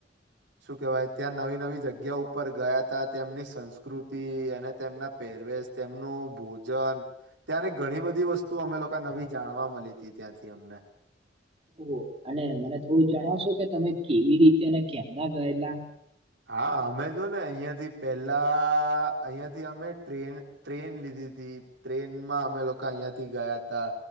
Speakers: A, on the right (about 85°); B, on the right (about 35°).
A: શું કેહેવાય ત્યાં નવી નવી જગ્યા ઉપર ગયા તા તેમની સંસ્કૃતિ અને તેમના પહેરવેશ. તેમનું ભોજન ત્યારે ઘણી બધી વસ્તુ અમે લોકો નવી જાણવા મલી હતી ત્યાંથી અમને.
B: <inaudible> ઓ અને મને થોડું જણાવશો કે તમે કેવી રીતે અને કેમના ગયેલા?
A: હા અમે જો ને અહિયાંયાથી પેલા અહિયાયાથી અમે ટ્રેન ટ્રેન લીધી. ઘી તી ટ્રેન માં અમે લોકો અહિયાંથી ગયા તા.